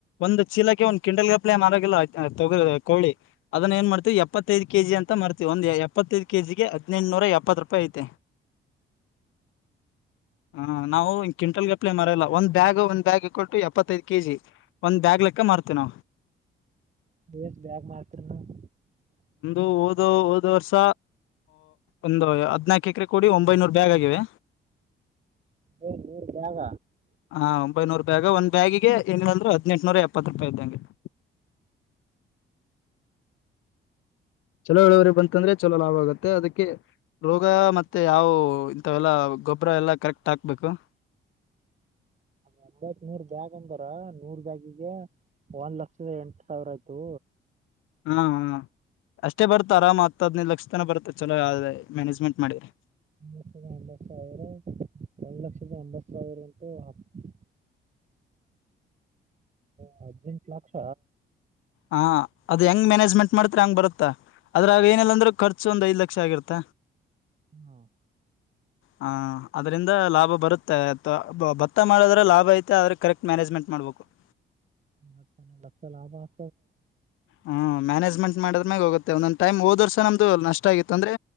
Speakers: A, on the left; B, on the right.
A: ಒಂದು ಚೀಲಕ್ಕೆ ಒಂದು ಕಿಂಡಲ್ಗಪ್ಲ ಮಾರೋಗಿಲ್ಲ ತಗ ಕೋಳ್ಳಿ ಅದನ್ನ ಏನ್ ಮಾಡ್ತೀವಿ ಎಪ್ಪತ್ತು ಎತ್ತೈದು ಕೆ ಜಿ ಅಂತ ಮ ಮಾಡ್ತೀವಿ ಒಂದು ಎಪ್ಪತ್ತೈದು ಕೆ ಜಿಗೆ ಹದಿನೆಂಟುನೂರ ಎಪ್ಪತ್ತು ರೂಪಾಯಿ ಐತೆ <inaudible> <inaudible> ಹ ನಾವು ಕ್ವಿಂಟಲ್ ಗ ಕಪ್ಲೆ ಮರಲ್ಲ ಒ ಬ್ಯಾಗ್ ಒಂದ ಬ್ಯಾಗ್ ಕೊಟ್ಟು ಎಪ್ಪತ್ತೈದು ಕೆಜಿ ಒಂದ್ ಬಾಗ್ ಲೆಕ್ಕ ಮಾಡ ನ
B: ಎಷ್ಟು ಬ್ಯಾಗ್ ಮಾರ್ತೀರಿ ನೀವು
A: ಒ ಒ ವರ್ಷ ಒಂದು ಹದ್ನಾಾಕು ಎಕರೆ ಕೊಡಿ ಒಂಬೈನೂರು ಬ್ಯಾಗ್ ಆಗಿವೆ
B: ಏ ಏ ಜಾಗ
A: ಹ ಒಂಬೈನೂರು ಬ್ಯಾಗ ಒಂದ್ ಬ್ಯಾಗಿಗೆ ಏನ ಅಂದ್ರರು ಹದ್ನಂಟ್ನೂರ ಎಪ್ಪತ್ತು ರೂಪಾಯಿ ಇದ್ದಂಗೆ <inaudible> ಚಲೋ ಹೇಳವ್ರೆ ಬಂತಂದ್ರೆ ಚಲೋ ಲಾಭ ಆಗತ್ತೆ ಅದಕ್ಕೆ ರೋಗ ಮತ್ತೆ ಯಾವವು ಇಂಥವೆಲ್ಲ ಗೊಬ್ಬರ ಎಲ್ಲ ಕರೆಕ್ಟ್ ಹಾಕ್ಬೇಕು <inaudible>
B: ಹಪ್ಪತ್ ಮೂರ್ ಬ್ಯಾಗ್ ಅಂತಾರ ಮೂರ್ ಬ್ಯಾಗಿಗೆ ಒಂದ್ ಲಕ್ಷದ ಎಂಟು ಸಾವಿರ ಆಯ್ತು
A: ಹ್ಮ್ ಹ್ಮ್ ಅಷ್ಟೇ ಬರ್ತಾ ಆರಾಮ್ ಆಗ್ತದ್ ಲಕ್ಷ ತನ ಬರ್ತ ಚಲೋ ಯೆ ಮ್ಯಾನೇಜ್ಮೆಂಟ್ ಮಾಡಿರರಿ
B: ಒ ಲಕ್ಷದ ಎಂಬತ್ ಸಾವಿರ ಒಂದು ಲಕ್ಷದ ಎಂಬತ್ ಸಾವಿರ ಅಂತೂ ಹತ್ತು
A: <inaudible>
B: ಹರ್ಜೆಂಟ್ ಲಕ್ಷ
A: ಹಾ ಅದು ಹೆಂಗ್ ಮ್ಯಾನೇಜ್ಮೆಂಟ್ ಮಾಡ್ತ ಹಂಗ್ ಬರುತ್ತಾ ಆದದ್ರ ಅವ ಏನಿಲ್ಲಾ ಅಂದ್ರೂ ಖರ್ಚು ಒಂದ್ಐ ಲಕ್ಷ ಆಗಿರತ್ತ
B: ಹಾ
A: ಹ ಹ ಅದ್ರಿಂದ ಲಾಭ ಬರುತ್ತೆ ಅ ಭತ್ತ ಮಾಡದ್ರೆ ಲಾಭ ಐತೆ ಆದ್ರೆ ಕರೆಕ್ಟ್ ಮ್ಯಾನೇಜ್ಮೆಂಟ್ ಮಾಡ್ಬೇಕು <inaudible>
B: ಲಕ್ಷ ಲಕ್ಷ ಲಾಭ <inaudible>
A: ಹ್ಮ್ ಮ್ಯಾನೇಜ್ಮೆಂಟ್ ಮಾಡದ್ಮ್ಯಾಗ ಹೋಗುತ್ತೆ ಒಂದೊಂದ್ ಟೈಮ್ ದ ವರ್ಷ ನಮ್ದು ನಷ್ಟ ಆಗಿತ್ತು ಅಂದ್ರೆ